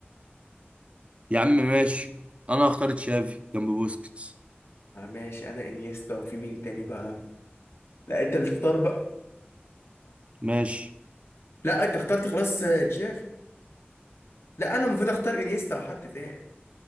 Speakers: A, on the right; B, on the left.
A: يا عم ماشي انا هختار تشافي جنب بوسكيتس
B: آه ماشي انا انيستا وفي مين تاني بقى لا انت اللي تختار بقى
A: ماشي
B: لا انت اخترت خلاص آه، تشافي لا انا المفروض اختار انيستا وحد تاني